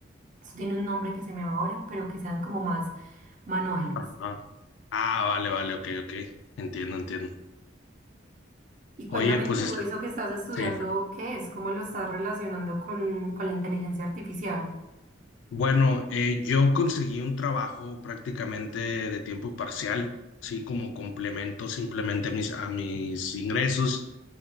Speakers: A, on the right; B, on the left.
A: eso tiene un nombre que se me va ahora, pero que sean como más manuales.
B: Ajá. Ah, vale, vale, ok, ok. Entiendo, entiendo.
A: Y cuéntame
B: Oye, pues
A: tú,
B: es-
A: eso que estás estudiando,
B: sí.
A: ¿qué es? ¿Cómo lo estás relacionando con, con la inteligencia artificial?
B: Bueno, eh, yo conseguí un trabajo prácticamente de tiempo parcial, sí, como complemento simplemente a mis, a mis ingresos